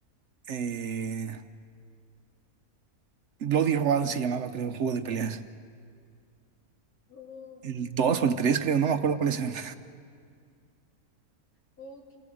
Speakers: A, on the right; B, on the left.
A: Eh, Bloody Roar se llamaba, creo, un juego de peleas.
B: Oh,
A: El 2 o el 3, creo,
B: ujú.
A: no me acuerdo cuáles eran.
B: ok,